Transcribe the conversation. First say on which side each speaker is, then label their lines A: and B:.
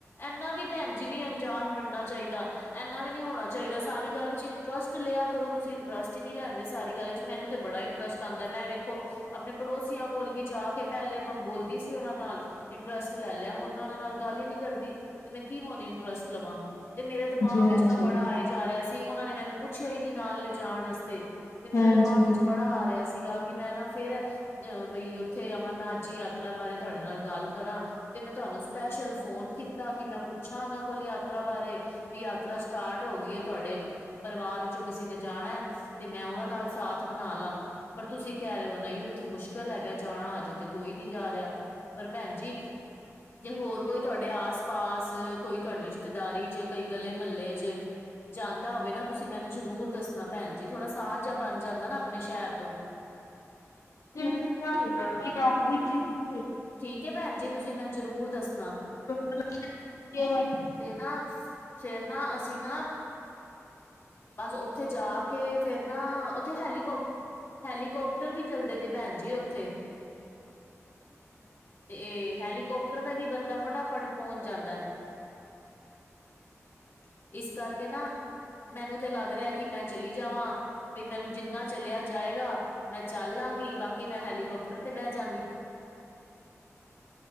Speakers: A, on the left; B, on the left.
A: ਇਨਾ ਵੀ ਭੈਣ ਜੀ ਨੀ ਅਣਜਾਣ ਬਣਨਾ ਚਾਹੀਦਾ ਇੰਨਾ ਵੀ ਨਹੀਂ ਹੋਣਾ ਚਾਹੀਦਾ ਸਾਰੀ ਗੱਲ ਚ ਇੰਟਰਸਟ ਲਿਆ ਕਰੋ ਤੁਸੀਂ ਇੰਟਰਸਟ ਹੀ ਨਹੀਂ ਲੈਂਦੇ ਸਾਰੀ ਗੱਲ ਚ ਮੈਨੂੰ ਤੇ ਬੜਾ ਇੰਟਰਸ ਆਉਂਦਾ ਮੈਂ ਵੇਖੋ ਆਪਣੇ ਪੜੋਸੀਆਂ ਕੋਲ ਵੀ ਜਾ ਕੇ ਪਹਿਲੇ ਬੋਲਦੀ ਸੀ ਉਹਨਾਂ ਨਾਲ ਇੰਟਰਸਟ ਲੈ ਲਿਆ ਹੁਣ ਮੈਂ ਉਹਨਾਂ ਨਾਲ ਗੱਲ ਹੀ ਨੀ ਕਰਦੀ ਤੇ ਮੈਂ ਕੀ ਹੋਣ ਇੰਟਰਸਟ ਮਲਵਾਂ ਤੇ ਮੇਰੇ ਦਿਮਾਗ
B: ਹਾਂਜੀ
A: ਵਿਚ ਨਾ ਬੜਾ ਆਏ ਜਾ ਰਿਹਾ ਸੀ ਉਹਨਾਂ ਨੇ ਮੈਨੂੰ ਪੁੱਛਿਆ ਹੀ ਨਾਲ ਲਿਜਾਣ ਵਾਸਤੇ ਤੇ ਮੇਰੇ
B: ਹਾਂਜੀ
A: ਦਿਮਾਗ ਵਿੱਚ
B: ਹਾਂਜੀ ਹ
A: ਬੜਾ ਆ ਰਿਹਾ ਸੀਗਾ ਕਿ ਮੈਂ ਨਾ ਫਿਰ ਅ ਬਈ ਉੱਥੇ ਅਮਰਨਾਥ ਜੀ ਯਾਤਰਾ ਬਾਰੇ ਤੁਹਾਡੇ ਨਾਲ ਗੱਲ ਕਰਾਂ ਤੇ ਮੈਂ ਤੁਹਾਨੂੰ ਸਪੈਸ਼ਲ ਫੋਨ ਕੀਤਾ ਕਿ ਮੈਂ ਪੁੱਛਾਂ ਉਹਨਾਂ ਕੋਲ ਯਾਤਰਾ ਬਾਰੇ ਵੀ ਯਾਤਰਾ ਸਟਾਰਟ ਹੋ ਗਈ ਹੈ ਤੁਹਾਡੇ ਪਰਿਵਾਰ ਕਿਸੇ ਨੇ ਜਾਣਾ ਹੈ ਤੇ ਮੈਂ ਉਹਨਾਂ ਨਾਲ ਸਾਥ ਬਣਾ ਲਾ ਪਰ ਤੁਸੀਂ ਕਹਿ ਰਹੇ ਹੋ ਨਹੀਂ ਉੱਥੇ ਮੁਸ਼ਕਿਲ ਹੈਗਾ ਜਾਣਾ ਅਜੇ ਤੇ ਕੋਈ ਨਹੀਂ ਜਾ ਰਿਹਾ। ਪਰ ਭੈਣ ਜੀ ਜੇ ਹੋਰ ਕੋਈ ਤੁਹਾਡੇ ਆਸ ਪਾਸ ਕੋਈ ਤੁਹਾਡੀ ਰਿਸ਼ਤੇਦਾਰੀ ਚ ਕੋਈ ਗਲੇ ਮਹੱਲੇ ਚ ਜਾਂਦਾ ਹੋਵੇ ਨਾ ਤੁਸੀਂ ਮੈਨੂੰ ਜ਼ਰੂਰ ਦੱਸਣਾ ਭੈਣ ਜੀ ਥੋੜਾ ਸਾਹ ਜਾਹਾ ਬਣ ਜਾਂਦਾ ਨਾ ਆਪਣੇ ਸ਼ਹਿਰ ਤੋਂ
B: <unintelligible>
A: ਠੀਕ ਏ ਭੈਣ ਜੀ ਤੁਸੀਂ ਮੈਨੂੰ ਜ਼ਰੂਰ ਦੱਸਣਾ
B: <inaudible>
A: ਤੇ ਨਾ ਫੇਰ ਨਾ ਅਸੀਂ ਨਾ ਬਸ ਉੱਥੇ ਜਾ ਕੇ ਫੇਰ ਨਾ ਉੱਥੇ ਹੈਲੀਕੋਪ ਹੈਲੀਕੋਪਟਰ ਵੀ ਚੱਲਦੇ ਜੇ ਭੈਣ ਜੀ ਉੱਥੇ ਤੇ ਹੈਲੀਕਾਪਟਰ ਦਾ ਵੀ ਬੰਦਾ ਫਟਾਫਟ ਪਹੁੰਚ ਜਾਂਦਾ ਇਸ ਕਰਕੇ ਨਾ ਮੈਨੂੰ ਤੇ ਲੱਗ ਰਿਹਾ ਕਿ ਮੈਂ ਚਲੀ ਜਾਵਾਂ ਵੀ ਮੈਨੂੰ ਜਿੰਨਾ ਚਲਿਆ ਜਾਏਗਾ ਮੈਂ ਚੱਲ ਲਾਂਗੀ ਬਾਕੀ ਮੈਂ ਹੈਲੀਕੋਪਟਰ ਤੇ ਬਹਿ ਜਾਂਗੀ